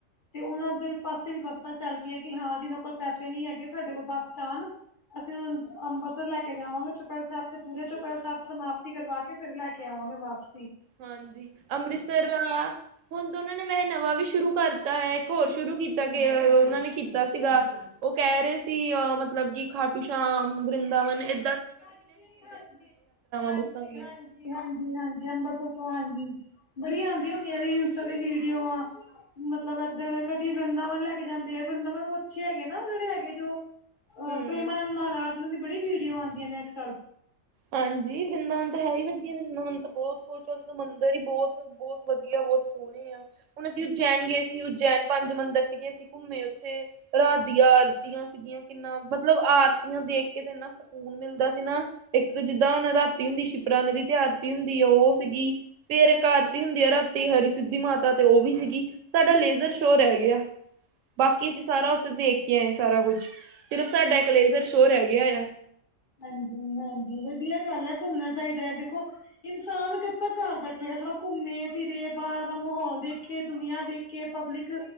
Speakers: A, on the left; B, on the right.
A: ਤੇ ਉਹਨਾਂ ਦੇ ਪਾਸੇ ਵੀ ਬੱਸਾਂ ਚੱਲ ਪਈਆਂ, ਕਿ, ਹਾਂ ਜਿਨਾਂ ਕੋਲ ਪੈਸੇ ਨਹੀਂ ਹੈਗੇਸਾਡੇ ਕੋਲ ਬੱਸ'ਚ ਆਣ ਅਸੀਂ ਹੁਣ ਅੰਮ੍ਰਿਤਸਰ ਲੈਕੇ ਜਾਵਾਂਗੇ, ਚੋਪਹਿਰਾ ਸਾਹਿਬ ਤੇ, ਪੂਰੇ ਚੋਪਹਿਰਾ ਸਾਹਿਬ ਸਮਾਪਤੀ ਕਰਵਾ ਕੇ, ਫਿਰ ਲੈਕੇ ਆਵਾਂਗੇ ਵਾਪਸ
B: ਹਾਂਜੀ। ਅੰਮ੍ਰਿਤਸਰ ਆ--ਹੁਣ ਤਾਂ, ਉਹਨਾਂ ਨੇ ਵੈਹੇ ਨਵਾਂ ਵੀ ਸ਼ੁਰੂ ਕਰਤਾ ਹੈ। ਇੱਕ ਹੋਰ ਸ਼ੁਰੂ ਕੀਤਾ ਉਹਨਾਂ ਨੇ ਕੀਤਾ ਸੀਗਾ, ਉਹ ਕਹਿ ਰਹੇ ਸੀ, ਅ ਮ ਮਤਲਬ ਕਿ ਖਾਟੂ ਸ਼ਾਮ, ਵ੍ਰਿੰਦਾਵਨ ਏ
A: ਹਾਂਜੀ-
B: ਬੱਸਾਂ ਦੀਆਂ
A: ਹਾਂਜੀ-ਹਾਂਜੀ-ਹਾਂਜੀ-ਹਾਂਜੀ, ਅੰਬਰਸਰੋਂ ਹਾਂਜੀ, ਬੜੀ ਆਂਦੀ ਹੁੰਦੀਆਂ ਰੀਲਸ ਤੇ ਵੀਡੀਓ ਆ ਮਤਲਬ ਇੱਧਰ ਕਦੀ ਵ੍ਰਿੰਦਾਵਨ ਲੈਕੇ ਜਾਂਦੇ ਆ, ਵ੍ਰਿੰਦਾਵਨ ਉਹ ਅੱਛੇ ਹੈਗੇ ਨਾ, ਉਹ ਜਿਹੜੇ ਹੈਗੇ ਜੋ ਅਹ
B: ਹਮ
A: ਪ੍ਰੇਮਾਨੰਦ ਮਹਾਰਾਜ, ਉਹਨਾਂ ਦੀ ਬੜੀ ਵੀਡੀਓ ਆਦੀਆਂ ਨੇ ਅੱਜ-ਕੱਲ।
B: ਹਾਂਜੀ। ਵ੍ਰਿੰਦਾਵਨ ਤਾਂ, ਹੈ ਹੀ ਵਧੀਆ। ਵ੍ਰਿੰਦਾਵਨ ਤ ਬਹੁਤ ਕੁਛ ਮੰਦਰ ਹੀ ਬਹੁਤ- ਬਹੁਤ ਵਧੀਆ ਬਹੁਤ ਸੋਹਣੇ ਆ, ਹੁਣ ਅਸੀਂ ਉਜੈਨ ਗਏ ਸੀ, ਉਜੈਨ ਪੰਜ ਮੰਦਰ ਸੀਗੇ ਅਸੀਂ ਘੁੰਮੇ ਉੱਥੇ, ਰਾਤ ਦੀਆਂ ਆਰਤੀਆਂ ਦੀਆਂ ਕਿੰਨਾ, ਮਤਲਬ ਆਰਤੀਆਂ ਦੇਖਕੇ ਤੇ, ਇੰਨਾ ਸਕੂਨ ਮਿਲਦਾ ਸੀ ਨਾ ਇੱਕ ਜਿੱਦਾਂ ਹੁਣ ਰਾਤੀ ਹੁੰਦੀ ਸ਼ਿਪਰਾ ਨਦੀ ਤੇ ਆਰਤੀ ਹੁੰਦੀ ਆ ਉਹ ਸੀਗੀ। ਫੇਰ ਇਕ ਆਰਤੀ ਹੁੰਦੀ ਆ ਰਾਤੀ ਤੀ ਹਰੀ ਸਿੱਧੀ ਮਾਤਾ ਤੇ, ਉਹ ਵੀ ਸੀਗੀ। ਸਾਡਾ ਲੇਜ਼ਰ ਸ਼ੋ ਰਹਿ ਗਿਆ। ਬਾਕੀ ਅਸੀਂ ਸਾਰਾ ਉੱਥੇ ਦੇਖਕੇ ਆਂਇਆ, ਸਾਰਾ ਕੁਛ। ਸਿਰਫ ਸਾਡਾ ਇੱਕ ਲੇਜਰ ਸ਼ੋ ਰਹਿ ਗਿਆ ਆ।
A: ਹਾਂਜੀ ਹਾਂਜੀ ਵਧੀਆ ਗੱਲ ਐ, ਘੁੰਮਣਾ ਚਾਹੀਦਾ ਆ ਦੇਖੋ, ਇਨਸਾਨ ਕਦ ਤੱਕ ਘਰ ਬੈਠੇਗਾ, ਥੋੜ੍ਹਾ ਘੁੰਮੇ ਫਿਰੇ ਬਾਹਰ ਦਾ ਮਾਹੌਲ ਦੇਖੇ, ਦੁਨੀਆਂ ਦੇਖੇ ਪਬਲਿਕ,